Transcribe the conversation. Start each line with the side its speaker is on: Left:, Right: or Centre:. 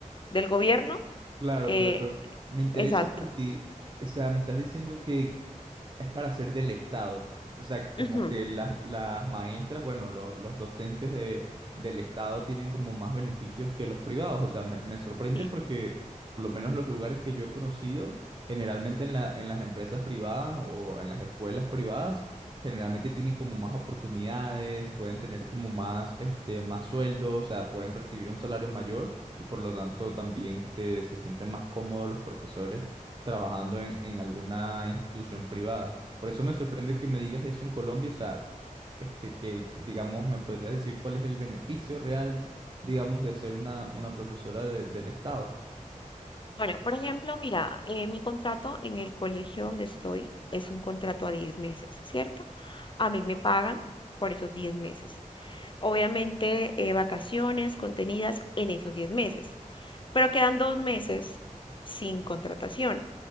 Left: del gobierno.
Right: Claro,
Left: eh,
Right: claro, pero me interesa
Left: exacto.
Right: porque, o sea, me estás diciendo que es para ser del Estado. O sea, como
Left: ujú,
Right: que las, las maestras, bueno, los, los docentes de, del Estado tienen como más beneficios que los privados. O sea, me, me sorprende
Left: sí.
Right: porque por lo menos los lugares que yo he conocido, generalmente en la, en las empresas privadas o en las escuelas privadas, generalmente tienen como más oportunidades, pueden tener como más, este, más sueldo, o sea, pueden percibir un salario mayor y por lo tanto también, este, se sienten más cómodos los profesores trabajando en, en alguna institución privada. Por eso me sorprende que me digas eso en Colombia, o sea, este, que digamos, me podrías decir cuál es el beneficio real, digamos, de ser una, una profesora de- del Estado.
Left: Bueno, por ejemplo, mira, eh, mi contrato en el colegio donde estoy es un contrato a 10 meses, ¿cierto? A mí me pagan por esos 10 meses. Obviamente, eh, vacaciones contenidas en esos 10 meses. pero quedan dos meses sin contratación,